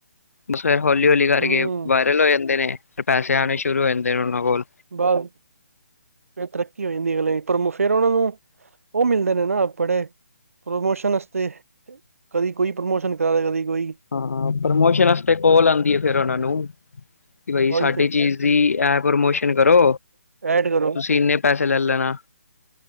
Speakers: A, on the left (about 75°); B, on the right (about 70°).
A: ਬਸ ਫੇ ਹੌਲੀ-ਹੌਲੀ ਕਰਕੇ
B: ਹੂੰ
A: ਵਾਇਰਲ ਹੋ ਜਾਂਦੇ ਨੇ ਫੇਰ ਪੈਸੇ ਆਣੇ ਸ਼ੁਰੂ ਹੋ ਜਾਂਦੇ ਨੇ ਉਹਨਾਂ ਕੋਲ
B: ਬ ਫਿਰ ਤਰੱਕੀ ਹੋ ਜਾਂਦੀ ਗੱਲ ਪ੍ਰਮ ਫੇਰ ਉਹਨਾਂ ਨੂੰ ਉਹ ਮਿਲਦੇ ਨੇ ਨਾ ਬੜੇ ਪ੍ਰਮੋਸ਼ਨ ਵਾਸਤੇ ਕਦੀ ਕੋਈ ਪ੍ਰਮੋਸ਼ਨ ਕਰਾ ਰਿ ਕਦੀ ਕੋਈ
A: ਹਾਂ ਪ੍ਰਮੋਸ਼ਨ ਵਾਸਤੇ ਕੋਲ ਆਉਂਦੀ ਹੈ ਫੇਿਰ ਉਹਨਾਂ ਨੂੰ ਕਿ ਬਾਈ
B: ਉਹੀ
A: ਸਾਡੀ
B: ਤੇ
A: ਚੀਜ਼ ਦੀ ਐ ਪ੍ਰਮੋਸ਼ਨ ਕਰੋ
B: ਐਡ ਕਰੋ
A: ਤੁਸੀਂ ਇੰਨੇ ਪੈਸੇ ਲੈ ਲੈਣਾ